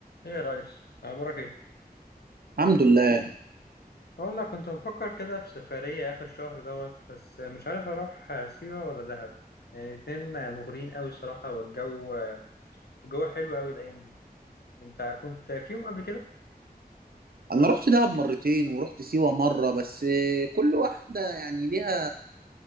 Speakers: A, on the left (about 80°); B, on the right (about 65°).
A: ايه يا ريس اخبارك ايه
B: الحمد لله
A: اقول لك كنت بفكر كده في سفرية اخر شهر دوت بس مش عارف اروح سيوة ولا دهب يعني الاتنين مغريين قوي الصراحة والجو الجو حلو قوي الايام دي انت كنت فيهم قبل كده
B: انا رحت دهب مرتين ورحت سيوة مرة بس كل واحدة يعني ليها